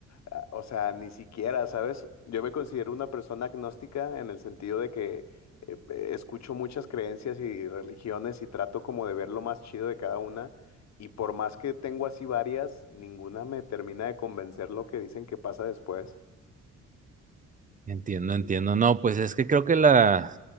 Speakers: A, on the left; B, on the right.
A: ah, o sea, ni siquiera, ¿sabes? Yo me considero una persona agnóstica en el sentido de que eh, eh, escucho muchas creencias y religiones y trato como de ver lo más chido de cada una. Y por más que tengo así varias, ninguna me termina de convencer lo que dicen que pasa después.
B: Entiendo, entiendo. No, pues es que creo que la,